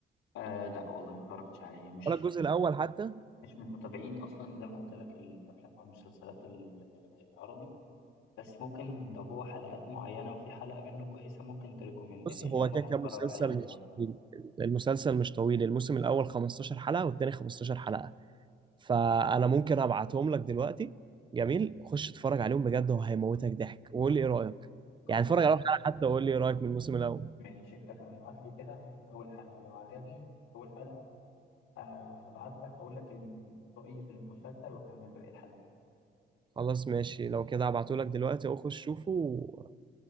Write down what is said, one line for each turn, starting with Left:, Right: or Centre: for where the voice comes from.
Left: آه لا والله ما اتفرجتش عليه مش
Right: ولا الجزء الاول حتى
Left: مش من متابعين اصلا زي ما قلت لك الافلام او المسلسلات ال- العربي بس ممكن لو هو حلقات معينة وفي حلقة منه كويسة ممكن تريكومندها
Right: بص هو
Left: لي اروح
Right: كده كده
Left: اتفرج
Right: مسلسل
Left: عليها النهارده
Right: مش طويل المسلسل مش طويل الموسم الاول 15 حلقه والتاني 15 حلقه فانا ممكن ابعتهم لك دلوقتي جميل خش اتفرج عليهم بجد هو هيموتك ضحك وقول لي ايه رايك
Left: خلاص
Right: يعني اتفرج عليهم حلقه حتى وقول لي ايه رايك من الموسم الاول
Left: ماشي اتفقنا ابعت لي كده أول حلقة لو عجبني أول حلقة هبعت لك أقول لك ال- رأيي في المسلسل وأكمل باقي الحلقة
Right: خلاص ماشي لو كده هبعته لك دلوقتي اهو خش شوفه و...